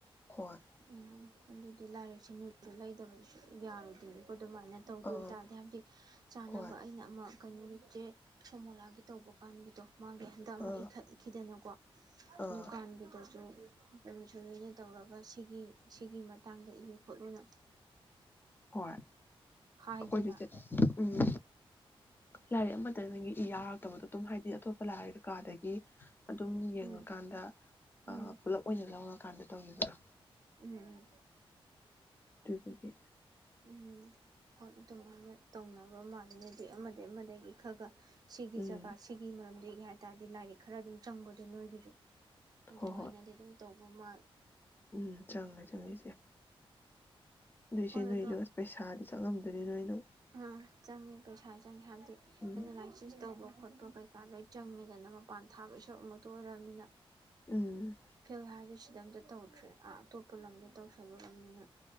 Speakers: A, on the left (about 20°); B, on the right (about 45°).
A: ꯍꯣꯏ
B: ꯎꯝ ꯑꯗꯨꯗꯤ ꯂꯥꯏꯔꯤꯛꯁꯦ ꯅꯣꯏꯁꯨ ꯂꯩꯗꯅꯗꯤꯁꯨꯛ ꯌꯥꯔꯣꯏꯗꯣꯏꯅꯤꯀꯣ ꯑꯗꯨꯃꯥꯏꯅ ꯇꯧꯗꯣꯏ
A: ꯑꯥ
B: ꯇꯥꯔꯗꯤ ꯍꯥꯏꯕꯗꯤ ꯆꯥꯅꯕ
A: ꯍꯣꯏ
B: ꯑꯩꯅ ꯑꯃ ꯀꯩꯅꯣꯒꯤ ꯆꯦ ꯁꯣꯃꯣꯂꯥꯒꯤ ꯇꯧꯕ ꯀꯥꯟꯒꯤꯗꯣ ꯃꯥꯒꯤ ꯍꯟꯗꯛ ꯑꯃ
A: ꯑꯥ
B: ꯏꯈꯠꯈꯤꯗꯅ ꯀꯣ
A: ꯑꯥ
B: ꯎ ꯅꯪꯒꯤꯗꯁꯨ ꯑꯦꯃꯤꯁꯟꯂꯣꯏꯅ ꯇꯧꯔꯒꯥ ꯁꯤꯒꯤ ꯁꯤꯒꯤ ꯃꯇꯥꯡꯗ ꯏꯌꯨ ꯈꯣꯠꯂꯨꯅ
A: ꯍꯣꯏ
B: ꯍꯥꯏꯗꯅ
A: ꯀꯣꯏꯗꯤꯆꯦ ꯎꯝ ꯂꯥꯏꯔꯤꯛ ꯑꯃꯇꯗꯒꯤ ꯌꯥꯔꯛꯇꯕꯗꯣ ꯑꯗꯨꯝ ꯍꯥꯏꯗꯤ ꯑꯇꯣꯞꯄ ꯂꯥꯛꯑꯒ ꯀꯥꯗꯒꯤ ꯑꯗꯨꯝ ꯌꯦꯡꯉꯀꯥꯟꯗ
B: ꯎꯝ ꯎꯝ
A: ꯄꯨꯂꯞ ꯑꯣꯏꯅ ꯂꯧꯔꯀꯥꯟꯗ ꯇꯧꯒꯤꯕꯗꯣ
B: ꯎꯝ ꯎꯝ
A: ꯑꯗꯨꯗꯨꯒꯤ
B: ꯎꯝ ꯍꯣꯏ ꯑꯗꯨꯃꯥꯏꯅ ꯇꯧꯅꯕ ꯃꯥꯜꯂꯤ ꯑꯃꯗꯒꯤ ꯑꯃꯗꯒꯤ ꯈꯔ ꯈꯔ ꯁꯤꯒꯤ
A: ꯎꯝ
B: ꯖꯒꯥ ꯁꯤꯒꯤ ꯃꯔꯝꯗꯤ ꯍꯥꯏꯇꯥꯔꯗꯤ ꯂꯥꯏꯔꯤꯛ ꯈꯔ ꯑꯗꯨꯝ ꯆꯪꯕꯗ ꯑ ꯅꯣꯏꯒꯤꯁꯨ ꯑꯗꯨꯃꯥꯏꯅꯗꯤ
A: ꯍꯣꯏ ꯍꯣꯏ
B: ꯑꯗꯨꯝ ꯇꯧꯕ <unintelligible>
A: ꯎꯝ ꯆꯪꯉ ꯆꯪꯉꯦ ꯏꯆꯦ ꯑꯗꯨ ꯏꯆꯦ
B: ꯍꯣꯏ
A: ꯅꯣꯏꯁꯨ
B: ꯑꯗꯣ
A: ꯑꯁ ꯄꯩꯁꯥꯗꯤ ꯆꯪꯉꯝꯗꯣꯏꯅꯤ ꯅꯣꯏꯅ
B: ꯑꯥ ꯆꯪꯉꯦ ꯄꯩꯁꯥ ꯆꯪꯉꯦ ꯍꯥꯏꯕꯗꯤ
A: ꯎꯝ
B: ꯑꯦꯡꯅꯂꯥꯏꯁꯤꯁ ꯇꯧꯕ ꯐꯣꯇꯣꯄ ꯀꯩꯀꯥ ꯂꯣꯏ ꯆꯪꯉꯦꯗꯅ ꯃꯄꯥꯟ ꯊꯥꯕ ꯏꯁꯔꯣꯔꯛ ꯑꯃꯨꯛꯇ ꯑꯣꯏꯔꯃꯤꯅ
A: ꯎꯝ
B: <unintelligible> ꯁꯤꯗ ꯑꯃꯇ ꯇꯧꯗ꯭ꯔꯦ ꯑꯥ ꯑꯇꯣꯞꯄ ꯂꯝꯗ ꯇꯧꯁꯜꯂꯨꯨꯔꯝꯅꯤꯅ